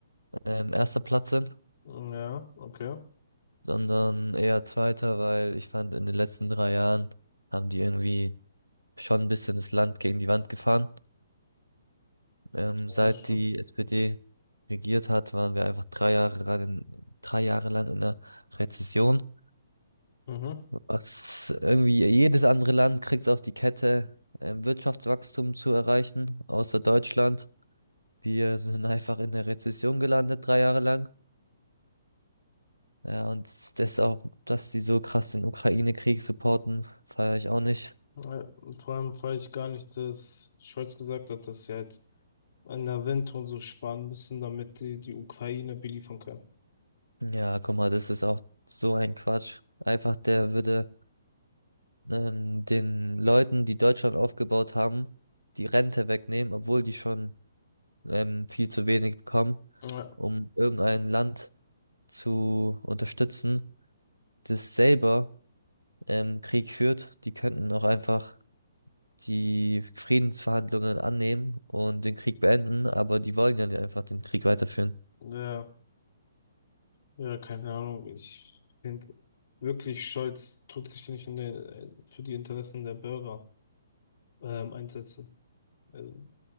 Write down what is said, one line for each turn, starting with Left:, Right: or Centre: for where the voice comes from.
Right: ähm, erster Platz sind,
Left: Ja, okay.
Right: sondern eher zweiter, weil ich fand, in den letzten drei Jahren haben die irgendwie schon ein bisschen das Land gegen die Wand gefahren. Ähm,
Left: Ja,
Right: seit
Left: schon.
Right: die SPD regiert hat, waren wir einfach drei Jahre lang in, drei Jahre lang in der Rezession.
Left: Mhm.
Right: Was irgendwie jedes andere Land kriegt es auf die Kette, ähm, Wirtschaftswachstum zu erreichen, außer Deutschland. Wir sind einfach in der Rezession gelandet, drei Jahre lang. Ja, und das auch, dass die so krass den Ukraine-Krieg supporten, feiere ich auch nicht.
Left: Ja, Vor allem fand ich gar nicht, dass Scholz gesagt hat, dass sie halt an der Rente und so sparen müssen, damit die die Ukraine beliefern können.
Right: Ja, guck mal, das ist auch so ein Quatsch. Einfach, der würde ähm, den Leuten, die Deutschland aufgebaut haben, die Rente wegnehmen, obwohl die schon ähm, viel zu wenig bekommen,
Left: Ja,
Right: um irgendein Land zu unterstützen, das selber ähm, Krieg führt. Die könnten auch einfach die Friedensverhandlungen annehmen und den Krieg beenden, aber die wollen ja nicht einfach den Krieg weiterführen.
Left: ja. Ja, keine Ahnung. Ich finde wirklich, Scholz tut sich nicht in der, äh, für die Interessen der Bürger ähm, einsetzen. Also,